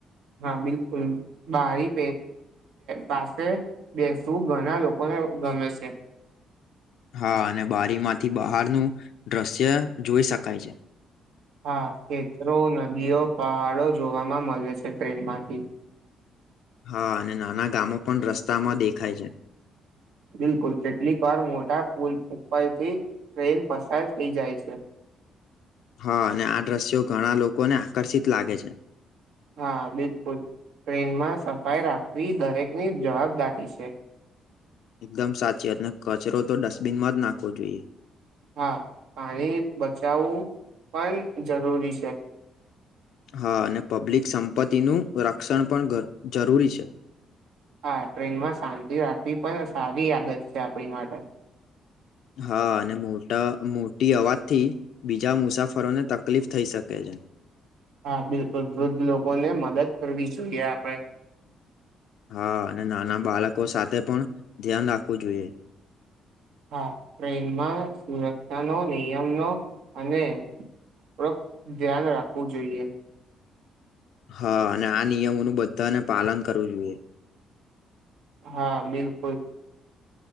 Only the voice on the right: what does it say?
હા બિલકુલ બારી પાસે બેસવું ઘણા લોકોને ગમે છે.
હા ખેતરો, નદીઓ, પહાડો, જોવામાં મળે છે ટ્રેન માંથી
બિલકુલ કેટલીક વાર મોટા પુલ ઉપરથી ટ્રેન પસાર થઈ જાય છે. <inaudible>
હા બિલકુલ ટ્રેનમાં સફાઈ રાખવી દરેકની જવાબદારી છે.
હા પાણી બચાવવું પણ જરૂરી છે.
હા ટ્રેનમાં શાંતિ રાખવી પણ સારી આદત છે આપણી માટે
હા બિલકુલ વૃદ્ધ લોકોને મદદ કરવી જોઈએ આપણે
હા ટ્રેનમાં સુરક્ષાનો નિયમનો અને ડ <unintelligible> ધ્યાન રાખવું જોઈએ.
હા બિલકુલ